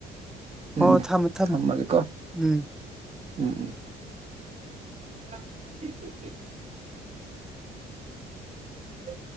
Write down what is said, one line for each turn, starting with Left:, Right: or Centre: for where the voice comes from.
Right: ꯎꯝ
Centre: ꯍꯣꯏ ꯊꯝꯃꯦ ꯊꯝꯃꯦ
Right: ꯊꯝꯃꯒꯦꯀꯣ
Centre: ꯎꯝ
Right: ꯎꯝ ꯎꯝ <unintelligible> ꯍ